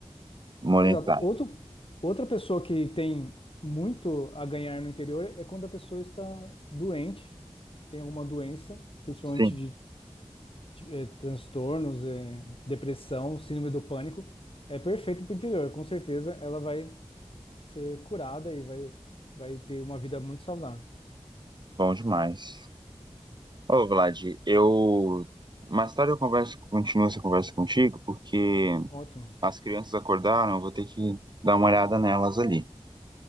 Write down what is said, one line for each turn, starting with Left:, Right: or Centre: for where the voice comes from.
Right: monetário.
Left: exato. Outro, outra pessoa que tem muito a ganhar no interior é quando a pessoa está doente, tem alguma doença, principalmente
Right: Sim.
Left: de, de, eh, transtornos, eh, depressão, síndrome do pânico. É perfeito para o interior, com certeza ela vai ser curada e vai, vai ter uma vida muito saudável.
Right: Bom demais. Ô, Vlad, eu. Mais tarde eu converso, continuo essa conversa contigo, porque
Left: Ótimo.
Right: as crianças acordaram, eu vou ter que dar uma olhada nelas ali,